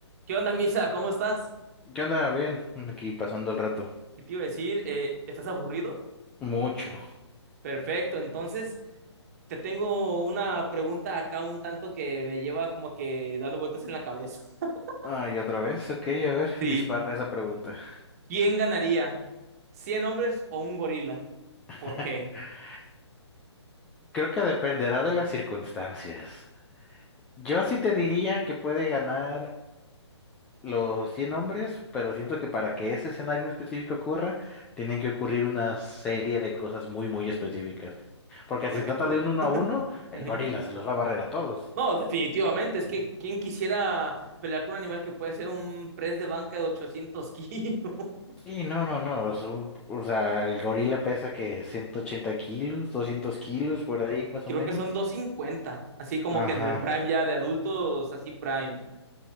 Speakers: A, on the right; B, in the centre.
A: ¿Qué onda, Misa? ¿Cómo estás?
B: ¿Qué onda? Bien, aquí pasando el rato.
A: Y te iba a decir, eh, ¿estás aburrido?
B: Mucho.
A: Perfecto, entonces te tengo una pregunta acá un tanto que me lleva como que dando vueltas en la cabeza. <laughs>
B: Ay, otra vez. Ok, a ver,
A: Sí.
B: dispara esa pregunta.
A: ¿Quién ganaría? ¿Cien hombres o un gorila?
B: <laughs>
A: ¿Por qué?
B: Creo que dependerá de las circunstancias. Yo sí te diría que puede ganar los 100 hombres, pero siento que para que ese escenario en específico ocurra, tienen que ocurrir una serie de cosas muy, muy específicas. Porque
A: Por
B: si
A: ejemplo.
B: se trata de un uno a uno, el
A: Ujú.
B: gorila se los va a barrer a todos.
A: No, definitivamente, es que ¿quién quisiera pelear con un animal que puede ser un press de banca de 800 kilos? <laughs>
B: Sí, no, no, no. es un- o sea, el gorila pesa que 180 kilos, 200 kilos, por ahí más
A: Creo
B: o menos.
A: que son doscientos cincuenta. así como
B: Ajá.
A: que en el prime ya de adultos, así prime,